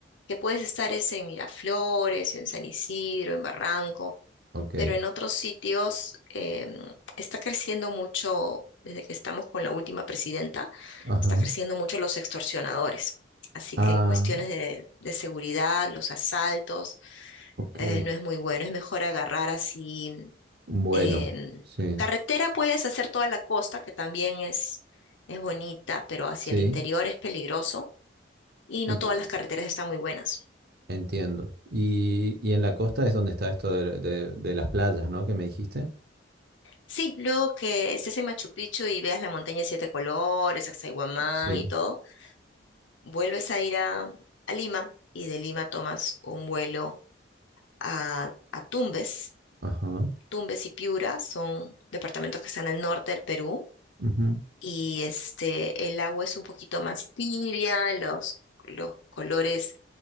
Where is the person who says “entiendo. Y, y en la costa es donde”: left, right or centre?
Right